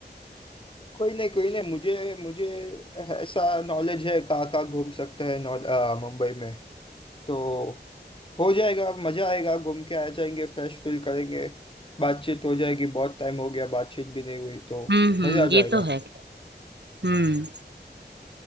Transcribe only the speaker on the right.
हम्म हम्म
ये
तो है हम्म